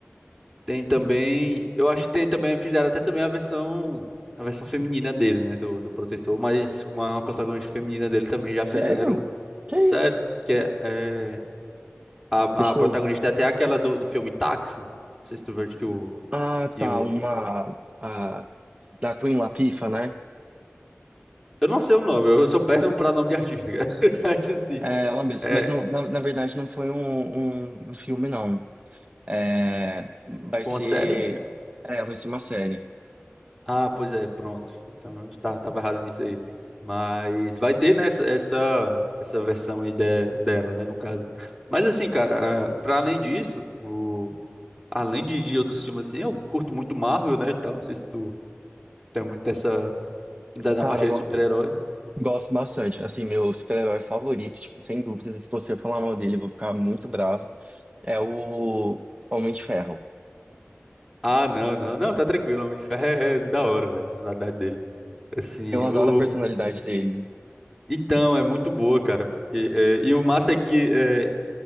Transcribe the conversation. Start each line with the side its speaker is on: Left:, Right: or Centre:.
Centre: Tem também, eu acho que tem também, fizeram até também a versão, a versão feminina dele, né, do, do Protetor, mas com a protagonista feminina dele também já
Right: Sério?
Centre: fizeram
Right: Que
Centre: sério,
Right: isso?
Centre: que é, é, a,
Right: Deixa
Centre: a protagonista
Right: eu.
Centre: é até aquela do, do filme Táxi, não sei se tu viu que o,
Right: Ah,
Centre: que
Right: tá,
Centre: o,
Right: uma. A, da Queen Latifah, né?
Centre: eu não sei o nome, eu sou péssimo pra nome de artista, cara, <laughs> mas assim,
Right: É ela mesma.
Centre: é,
Right: Mas não, na, na verdade não foi um, um um filme, não. É, vai
Centre: foi
Right: ser.
Centre: uma série
Right: É, vai ser uma série.
Centre: Ah, pois é, pronto. Então eu tava, tava errado nisso aí. Mas vai ter, né, essa, essa essa versão aí de- dela, né, no caso. Mas assim, cara, ah, pra além disso, o, além de, de outros filmes assim, eu curto muito Marvel, né, e tal. Não sei se tu tem muito essa da, da
Right: Cara,
Centre: parte
Right: eu
Centre: aí
Right: go-
Centre: de super-herói.
Right: gosto bastante. Assim, meu super-herói favorito, tipo, sem dúvidas, se você falar mal dele, eu vou ficar muito bravo. É o Homem de Ferro.
Centre: Ah, não, não, não, tá tranquilo. Homem de Ferro é, é da hora, velho, a personalidade dele. Assim,
Right: Eu adoro
Centre: o,
Right: a personalidade
Centre: o-
Right: dele.
Centre: então, é muito boa, cara, porque... é, e o massa é que... é,